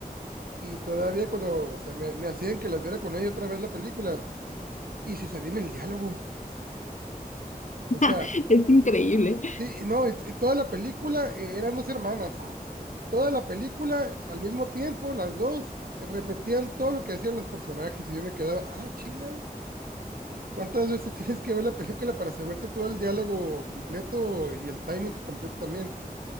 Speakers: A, on the right; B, on the left.
A: y todavía cuando, o sea, me, me hacían que las viera con ella otra vez las películas y se sabían el diálogo.
B: <laughs>
A: O sea,
B: Es increíble.
A: sí, y no, y, y toda la película eh, eran dos hermanas. Toda la película al mismo tiempo, las dos repetían todo lo que decían los personajes y yo me quedaba, ah, chingado. ¿Cuántas veces <laughs> tienes que ver la película para saberte todo el diálogo completo y el timing completo también?